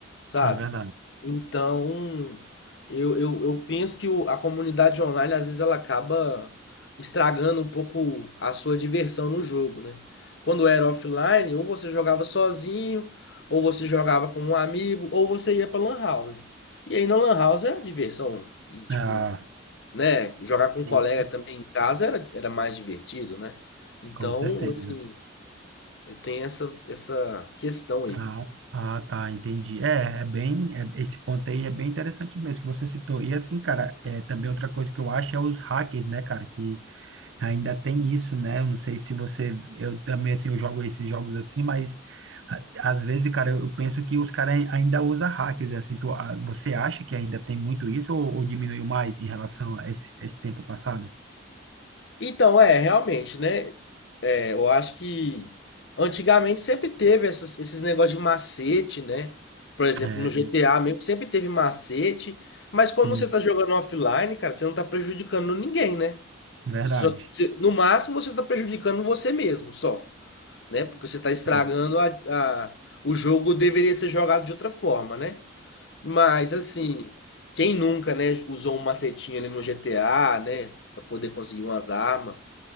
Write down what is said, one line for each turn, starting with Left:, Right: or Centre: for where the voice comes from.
Left: Sabe?
Right: é verdade.
Left: Então, eu, eu, eu penso que o- a comunidade online, às vezes, ela acaba estragando um pouco a sua diversão no jogo, né? Quando era offline, ou você jogava sozinho, ou você jogava com um amigo, ou você ia pra Lan House. E aí na Lan House era diversão. E tipo,
Right: Ah,
Left: né? Jogar com
Right: sim,
Left: um colega também em casa era, era mais divertido, né? Então,
Right: com certeza.
Left: assim, eu tenho essa, essa questão aí.
Right: Ah, ah, tá, entendi. É, é bem, é- esse ponto aí é bem interessante mesmo que você citou. E assim, cara, é, também outra coisa que eu acho é os hackers, né, cara, que ainda tem isso, né? Eu não sei se você, eu também, assim, eu jogo esses jogos assim, mas a- às vezes, cara, eu, eu penso que os caras ainda usam hackers, assim, tu, ah, você acha que ainda tem muito isso ou, ou diminuiu mais em relação a esse, esse tempo passado?
Left: Então, é, realmente, né? é, eu acho que antigamente sempre teve essas- esses negócios de macete, né? Por exemplo,
Right: É,
Left: no GTA mesmo sempre teve macete. Mas
Right: sim,
Left: quando você tá jogando offline, cara, você não tá prejudicando ninguém, né?
Right: verdade.
Left: Só que você- no máximo você está prejudicando você mesmo, só, né? Porque você está estragando
Right: Sim,
Left: a, a- o jogo deveria ser jogado de outra forma, né? Mas assim, quem nunca, né, usou um macetinho ali no GTA, né, para poder conseguir umas armas?